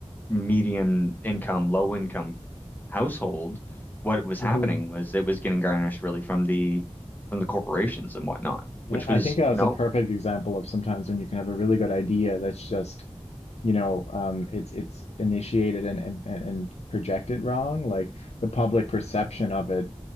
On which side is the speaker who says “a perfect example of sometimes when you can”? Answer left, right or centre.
Left